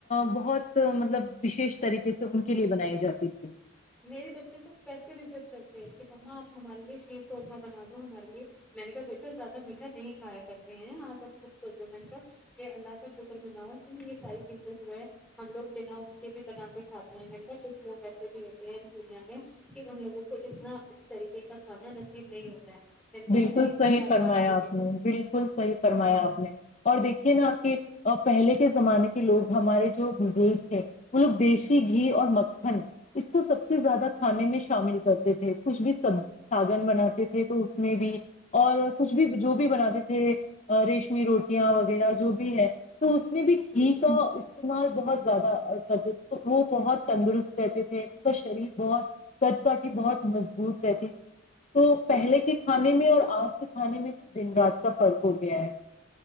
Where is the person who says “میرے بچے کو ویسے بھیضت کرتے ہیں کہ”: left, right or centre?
Centre